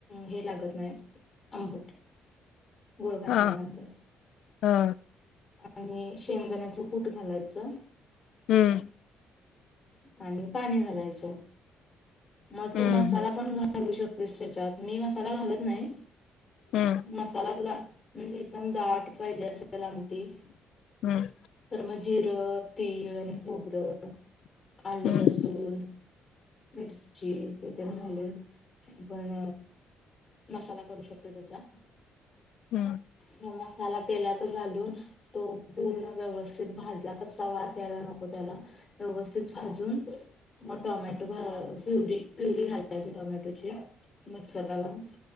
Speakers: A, on the left; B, on the left.
A: हे लागत नाही आंबट गुळ घातल्यानंतर
B: हा हा
A: आणि शेंगदाण्याच कूट घालायचं
B: हम्म
A: आणि पाणी घालायचं मग
B: हम्म
A: तू मसाला पण घालू शकतो दुस्याच्या मी मसाला घालत नाही
B: हम्म
A: मसाला तुला म्हणजे एकदम दाट पाहिजे असं लामटी
B: हम्म
A: तर मग जिरं तीळ आणि खोबरं आलं
B: हम्म
A: लसूण मिरची झाले पण मसाला करू शकतो त्या <inaudible>
B: हम्म
A: ह <inaudible> मसाला तेलात घालून तो पूर्ण व्यवस्थित भाजला कचा वास यायला नको त्याला व्यवस्थित भाजून मग टमॅटो भा पुरी पुरी घालाय टमॅट मिक्सरला लाऊन